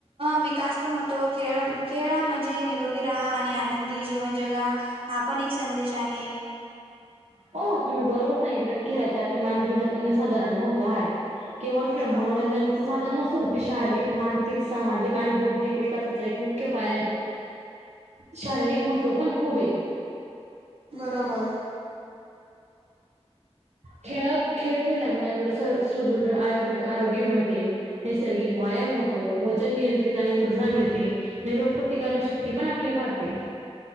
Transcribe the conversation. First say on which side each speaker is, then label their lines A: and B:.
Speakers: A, on the right; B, on the right.
A: विकास पण होतो खेळ खेळ म्हणजे निरोगी राहा आणि आनंदी जीवन जगा हा पण एक संदेश आहे
B: हो तुम्ही बरोबर सांगितलं की खेळाचे आपल्या मानवी जीवनात अन्यसाधारण महत्व आहे केव्हा
A: बरोबर
B: खे मनोरंजन साधन नसून ती शारीरिक मानसिक सामाजिक आणि बौद्धिक विकासाच्या एक मुख्य पाय आहेत शारीरिक महत्व पण खूप आहे
A: बरोबर
B: खेळ खेळ खेळल्यामुळे आपल्याला स सुदृढ आरोग्य आरोग्य मिळते नैसर्गिक व्यायाम होतो वजन नियंत्रित आणि ऊर्जा मिळते आणि रोग प्र्रतिकारकशक्ती पण आपली वाारते